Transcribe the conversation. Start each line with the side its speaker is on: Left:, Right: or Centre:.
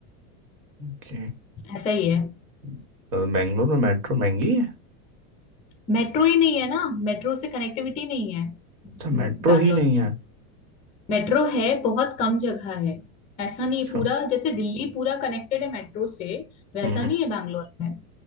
Right: ओके
Left: ऐसा ही है
Right: तो बेंगलोर में मेट्रो महंगी है
Left: मेट्रो ही नहीं है ना मेट्रो से कनेक्टिविटी नहीं है म,
Right: अच्छा मेट्रो
Left: बैंगलोर
Right: ही नहीं है
Left: में मेट्रो है बहुत कम जगह है ऐसा
Right: अच्छा
Left: नहीं है पूरा जैसे दिल्ली पूरा कनेक्टेड है मेट्रो से वैसा
Right: हम्म हम्म,
Left: नहीं है बैंगलोर में